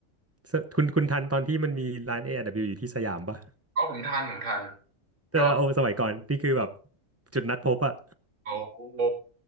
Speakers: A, on the right (about 20°); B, on the right (about 65°).
A: สคุณคุณทันตอนที่มันมีร้าน A&W อดับเบิลยูอยู่ที่สยามปะ
B: ก็ผมทานผมทาน
A: แต่เราเอาสมัยก่อนนี่คือแบบ
B: ก็
A: จุดนัดพบอะ
B: โอ้โห